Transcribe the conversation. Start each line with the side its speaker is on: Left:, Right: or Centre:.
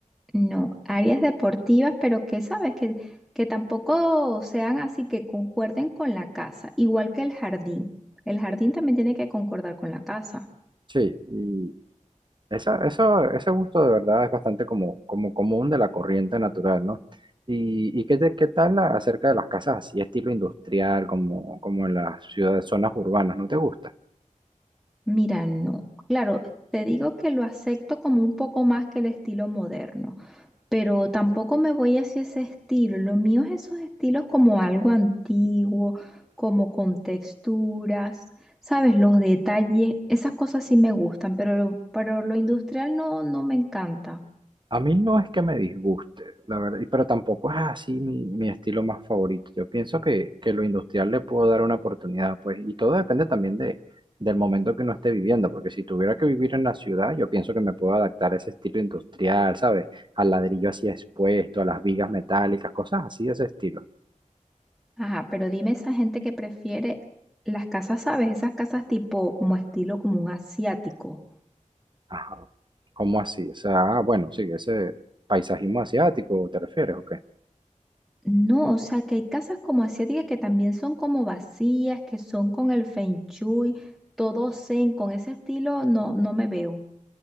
Centre: No, áreas deportivas, pero que sabes que, que tampoco sean así que concuerden con la casa, igual que el jardín. El jardín también tiene que concordar con la casa.
Right: Sí, y Esa, eso, ese gusto de verdad es bastante como, como común de la corriente natural, ¿no? ¿Y, y qué, te- qué tal la- acerca de las casas así, estilo industrial, como, como en las ciudades, zonas urbanas? ¿No te gusta?
Centre: Mira, no. Claro, te digo que lo acepto como un poco más que el estilo moderno, pero tampoco me voy hacia ese estilo. Lo mío es esos estilos como algo antiguo, como con texturas, sabes, los detalles, esas cosas sí me gustan, pero, pero lo industrial no, no me encanta.
Right: A mí no es que me disguste, la verdad, y- pero tampoco es así mi, mi estilo más favorito. Yo pienso que, que lo industrial le puedo dar una oportunidad, pues, y todo depende también de, del momento que uno esté viviendo, porque si tuviera que vivir en la ciudad, yo pienso que me puedo adaptar a ese estilo industrial, ¿sabes? Al ladrillo así expuesto, a las vigas metálicas, cosas así de ese estilo.
Centre: Ajá, pero dime esa gente que prefiere las casas, ¿sabes? Esas casas tipo como estilo como un asiático.
Right: Ajá. ¿Cómo así? O sea, ah, bueno, sí, ese paisajismo asiático, ¿te refieres? Ok.
Centre: No, o sea, que hay casas como asiáticas que también son como vacías, que son con el feng shui, todo zen, con ese estilo no, no me veo.